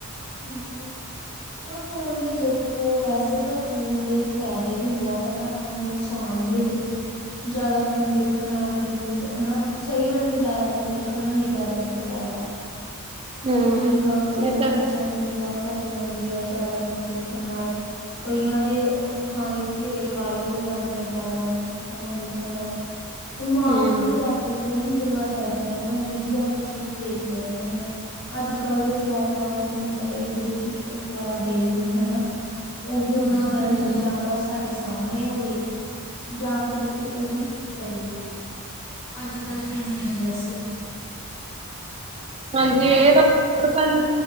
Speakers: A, on the left; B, on the right.
A: ਹਾਂਜੀ ਪਰ ਹੁਣ ਤੇ ਦੇਖੋ ਵੈਸੇ ਤਾਂ ਫ਼ੋਨ ਦੇ ਫਾਇਦੇ ਵੀ ਬਹੁਤ ਆ ਨਾ ਆਪਾਂ ਨੂੰ ਨੁਕਸਾਨ ਵੀ ਹੈ ਦੇਖੋ ਜ਼ਿਆਦਾ ਫੋਨ ਦੇਖਣ ਨਾਲ ਬੰਦੇ ਹਨਾ, ਸਹੀ ਮਣੇ ਤਾਂ ਜ਼ਿਆਦਾ ਫੋਨ ਦੇਖਣ ਨਾਲ ਨਿਗਾਹ ਤੇ ਅਸਰ ਪੈਂਦਾ।
B: ਹੂੰ,
A: ਦੇਖੋ ਨਿਗਾਹ ਕਈ
B: ਇਹ ਤਾਂ ਹੈ।
A: ਘੱਟ ਜਾਂਦੀ, ਆ ਜ਼ਿਆਦਾ ਫੋਨ ਦੇਖਣ ਨਾਲ ਕਈਆਂ ਦੇ ਅੱਖਾਂ ਦੇ ਘੇਰੇ ਕਾਲੇ ਹੋ ਜਾਂਦੇ, ਆ ਜ਼ਿਆਦਾ ਫੋਨ ਦੇਖਣ ਨਾਲ- ਦਿਮਾਗ
B: ਹੂੰ,
A: ਚ ਵੀ ਫੇਰ ਆਪਣੇ ਉਹੀ ਗੱਲਾਂ ਚੱਲਦੀਆਂ ਰਹਿੰਦਾ, ਜਿਹੜੀ ਆਪਾਂ ਚੀਜ਼ ਦੇਖਦੇ ਰਹਿੰਦੇ ਹਾਂ, ਅੱਜ ਕੱਲ੍ਹ ਦੇ ਜਵਾਕਾਂ ਦਾ ਤੁਹਾਨੂੰ ਪਤਾ ਹੀ ਜਿਹੜੀ ਚੀਜ਼ ਇੱਕ ਵਾਰ ਦੇਖ ਲਈ ਹੈ, ਉਹੀ ਵੀ ਉਹਨਾ ਨੂੰ ਐਵੇ
B: ਹੂੰ,
A: ਹੁੰਦਾ, ਜਾਂ ਤਾਂ ਉਹ ਸਾਡੇ ਸਾਹਮਣੇ ਹੋਵੇ, ਜਾਂ ਫਿਰ ਅਸੀਂ ਉਹੀ ਚੀਜ਼ ਕਰੀਏ ਅੱਜ ਕੱਲ ਹਾਂ ਬੱਸ।
B: ਹਾਂਜੀ, ਇਹ ਤਾਂ